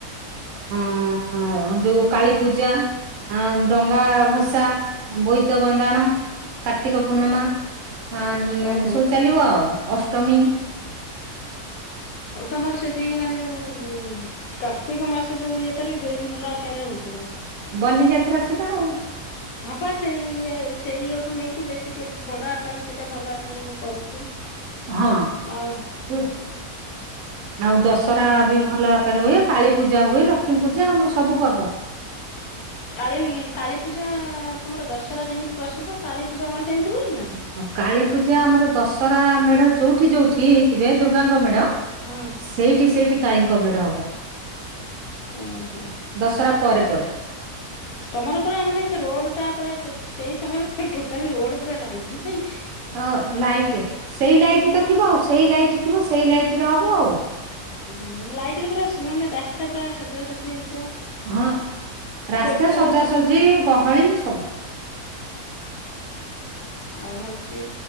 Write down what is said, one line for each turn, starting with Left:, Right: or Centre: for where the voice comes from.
Right: ହୁଁ ଯୋଉ କାଳି ପୂଜା ଡଙ୍ଗା ଭସା ବୋଇତ ବନ୍ଦାଣ କାର୍ତ୍ତିକ ପୂର୍ଣ୍ଣିମା ହଁ
Left: ଓହୋ।
Right: ସବୁ ଚାଲିବ ଆଉ ଅଷ୍ଟ ତମେ
Left: ତମର ସେଠି ମାନେ ଯୋଉ କାର୍ତ୍ତିକ ମାସ ଯୋଉ ଇଏଟା ବି ଭଲ ଆକାରରେ ହଉଥିବ।
Right: ବନ୍ଦ ଯାତ୍ରା ସେଟା ଆଉ।
Left: ହଁ ପା ସେଇ ଇଏ କୁ ନେଇକି ବେଶୀ ଟିକେ ବଡ ଆକାରରେ ସେଇଟା ଭଲ ଆକାରରେ କରୁଥିବେ।
Right: ହଁ
Left: ଆଉ
Right: ସେ ଆଉ ଦଶହରା ବି ଭଲ ଆକାରରେ ହୁଏ କାଳୀ ପୂଜା ହୁଏ ଲକ୍ଷ୍ମୀ ପୂଜା ଆମର ସବୁ ପର୍ବ।
Left: କାଳ କାଳୀପୂଜା ତମର ଦଶହରା ଯେମିତି ପ୍ରସିଦ୍ଧ କାଳୀପୂଜା କଣ ସେମିତି ହୁଏ ନା?
Right: କାଳୀ ପୂଜା ଆମର ଦଶ ରା ମେଢ ଯୋଉଠି ଯଉଠି ହେଇଥିବେ ଦୁର୍ଗାଙ୍ଗ ମେଢ
Left: ହଁ
Right: ସେଇଠି ସେଇଠି କାଳିଙ୍କ ମେଢ ହବ।
Left: ଓହୋ
Right: ଦଶହରା ପରେ ପରେ
Left: ତମର ପୁରା ମାନେ ସେ ରୋଡ ଟା ପୁରା ସେଇ ତମ ପୁରା ରୋଡ ପଟେ ଲାଇଟ ନାହିଁ।
Right: ହଁ ଲାଇଟ୍ ସେଇ ଲାଇଟ୍ ତ ଥିବ ସେଇ ଲାଇଟ୍ ଥିବ ସେଇ ଲାଇଟ ରେ ହବ ଆଉ।
Left: ହୁଁ ଲାଇଟରେ ପୁରା ମାନେ ରାସ୍ତା ପୁରା ସଜାସଜା ହେଇ
Right: ହଁ ରାସ୍ତା
Left: ଦେଖାଏ
Right: ସଜାସଜି ହଳିଂ ସ
Left: ଆଉ ହଉଛି